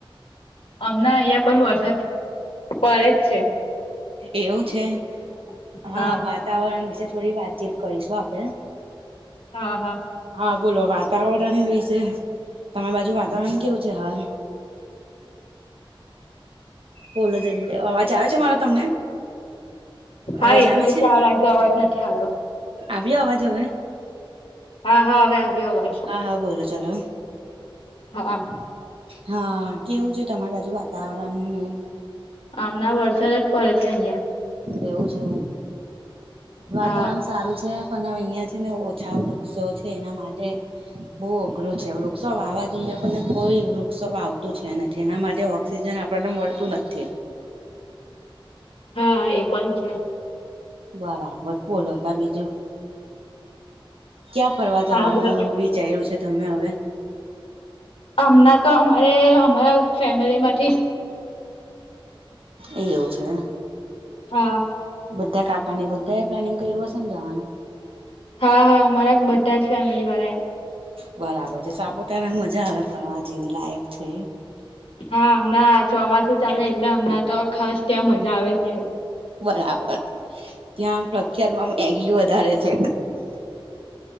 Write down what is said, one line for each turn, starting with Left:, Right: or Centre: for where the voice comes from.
Left: અમણાં અહિયા પણ પર વરસાદ પડે જ છે.
Right: એવું છે
Left: પડે જ છે
Right: હા વા તાવરણ વિશે થોડી વાતચીત કરીશું આપણે.
Left: હા-હા
Right: હા બોલો વાતાવરણ વિશે તમારી બાજુ વાતાવરણ કેવું છે હા. બોલો જલ્દી અવાજ આવે છે મારો તમને?
Left: હા
Right: અવાજ
Left: એક
Right: આવે
Left: મિનિટ
Right: છે?
Left: ચાલુ રાખજો અવાજ નથી આવતો.
Right: આવ્યો અવાજ હવે?
Left: હા-હા અવે આવ્યો અવાજ.
Right: હા-હા બોલો ચાલો.
Left: હા...
Right: હા કેવું છે તમારી બાજુ વાતાવરણ ને
Left: અમણાં વરસાદ જ પડે છે અહીયા.
Right: એવું છે વાતાવરણ
Left: હા
Right: સારું છે પણ હવે અહિયાં છે ને ઓછા વૃક્ષો છે. એના માટે બઉ અઘરું છે, વૃક્ષો વાવવા જોઈએ પણ કોઈ વૃક્ષો વાવતું છે નથી એના માટે ઓક્સિજન આપણને મળતું નથી.
Left: હા એ પણ છે.
Right: બરાબર બોલો તો બીજું ક્યાં ફરવા જવાનું?
Left: હા બોલો
Right: વિચારયુ છે તમે હવે?
Left: અમણા તો અમારે અમારા ફેમિલી માં
Right: એ એવું છે ને?
Left: હા
Right: બધા કાકા ને બધા એ પ્લાનિંગ કર્યું હશે ને જવાનું?
Left: હા હા અમારા બધા જ ફેમિલી વાળા
Right: બરાબર છે. સાપુતારાએ મજા આવે ફરવા જેવી લાયક છે.
Left: હા હમણાં ચોમાસું ચાલે એટલે હમણાં તો ખાસ ત્યાં મજા આવે જ.
Right: બરાબર. ત્યાં પ્રખ્યાતમાં મેગી વધારે છે.